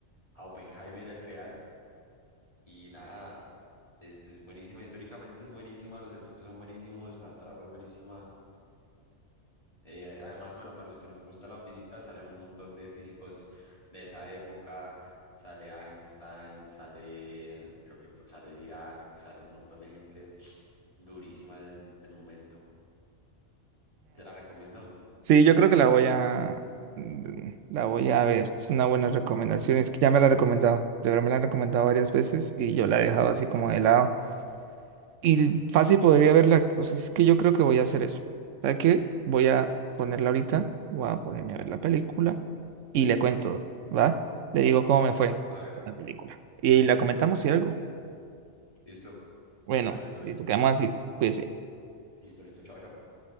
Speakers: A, on the left; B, on the right.
A: a Oppenheimer, el real. Y nada, es, es buenísima, históricamente es buenísima, los efectos son buenísimos, la trama es buenísima. Eh, además, bueno, para los que nos gusta la física, salen un montón de físicos de esa época. Sale Einstein, sale, creo que sale Dirac, sale un montón de gente durísima del, del momento. ¿Se la recomiendo?
B: Sí, yo creo que la voy a mm, la voy a ver. Es una buena recomendación. Es que ya me la han recomendado. De verdad me la han recomendado varias veces y yo la he dejado así como de lado. Y
A: Mm,
B: fácil podría verla. O sea, es que yo creo que voy a hacer eso. ¿Sabes qué? Voy a ponerla ahorita. Voy a ponerme a ver la película y le cuento, ¿va? Le digo cómo me fue
A: hágale.
B: con la película. Y
A: Ujú,
B: la comentamos si algo.
A: Listo.
B: Bueno,
A: Hágale, todo
B: listo,
A: bien.
B: quedamos así. Cuídense.
A: Listo, listo. Chao, chao.